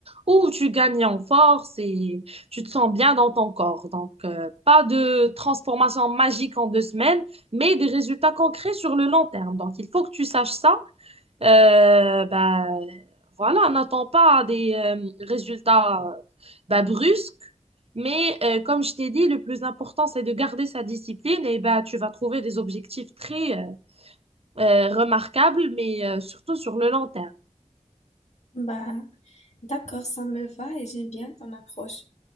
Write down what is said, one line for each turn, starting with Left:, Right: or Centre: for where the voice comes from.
Right: où tu gagnes en force et tu te sens bien dans ton corps. Donc, euh, pas de transformation magique en deux semaines, mais des résultats concrets sur le long terme. Donc, il faut que tu saches ça euh, ben, voilà, n'attends pas des euh, résultats euh, ben, brusques, mais euh, comme je t'ai dit, le plus important, c'est de garder sa discipline et ben, tu vas trouver des objectifs très euh, euh, remarquables, mais euh, surtout sur le long terme.
Left: Bah, d'accord, ça me va et j'aime bien ton approche.